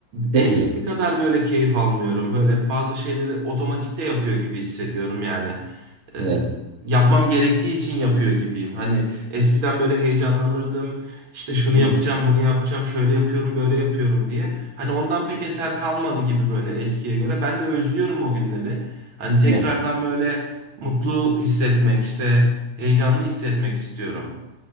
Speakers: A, on the right; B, on the right.
A: Çok
B: eskisi
A: iyi.
B: kadar böyle keyif almıyorum. Böyle bazı şeyleri otomatikte yapıyor gibi hissediyorum yani. E,
A: Evet.
B: yapmam gerektiği için yapıyor gibiyim. Hani eskiden böyle heyecanlanırdım. İşte şunu
A: Değil
B: yapacağım,
A: mi?
B: bunu yapacağım, şöyle yapıyorum, böyle yapıyorum diye. Hani ondan pek eser kalmadı gibi böyle eskiye göre. Ben de özlüyorum o günleri. Hani tekrardan
A: Değil mi?
B: böyle mutlu hissetmek, işte heyecanlı hissetmek istiyorum.